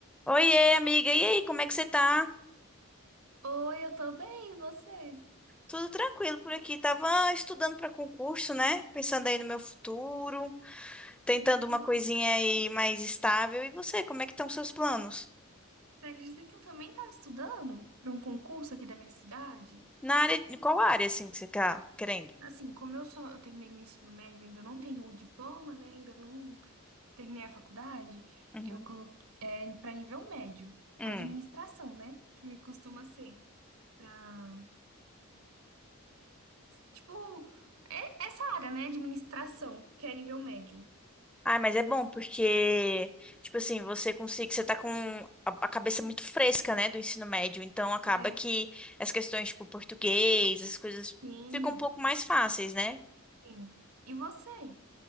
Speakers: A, in the centre; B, on the right.
A: Oiê, amiga. E aí, como é que você tá?
B: Oi, eu tô bem, e você?
A: Tudo tranquilo por aqui. Tava estudando para concurso, né? Pensando aí no meu futuro, tentando
B: Nossa!
A: uma coisinha aí mais estável. E você, como é que estão seus planos?
B: Você acredita que eu também tava estudando para um concurso aqui da minha cidade?
A: Na área, em qual área assim que você tá querendo?
B: Assim, como eu só eu terminei meu ensino médio, ainda não tenho o diploma, né? Ainda não terminei a faculdade.
A: Uhum.
B: Eu coloquei é, para nível médio,
A: Hum.
B: administração, né? Que costuma ser para tipo é- essa área, né? Administração, que é nível médio.
A: Ai, mas é bom porque, tipo assim, você consegue, você tá com a a cabeça muito fresca, né, do ensino médio, então acaba
B: É,
A: que as questões, tipo, português, as coisas
B: sim,
A: ficam um pouco mais fáceis, né?
B: sim. E você?